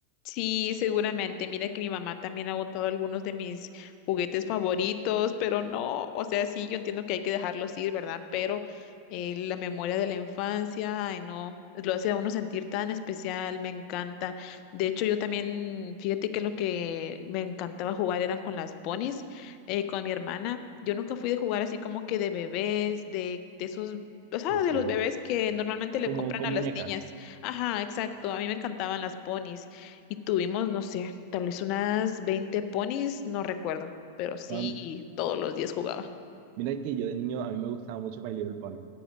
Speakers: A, on the left; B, on the right.
A: Sí, seguramente. Mira que mi mamá también ha botado algunos de mis juguetes favoritos, pero no, o sea, sí, yo entiendo que hay que dejarlos ir, ¿verdad? Pero eh, la memoria de la infancia, ay, no, lo hace a uno sentir tan especial, me encanta. De hecho, yo también, fíjate que lo que me encantaba jugar eran con las ponis, eh, con mi hermana. Yo nunca fui de jugar así como que de bebés, de, de esos, o sea,
B: Ok.
A: de los bebés que normalmente le
B: Como
A: compran
B: con
A: a las
B: muñecas.
A: niñas. Ajá, exacto. A mí me encantaban las ponis. Y tuvimos, no sé, tal vez unas 20 ponis, no recuerdo, pero sí
B: Ah,
A: todos los días jugaba.
B: mira que yo de niño a mí me gustaba mucho My Little Pony.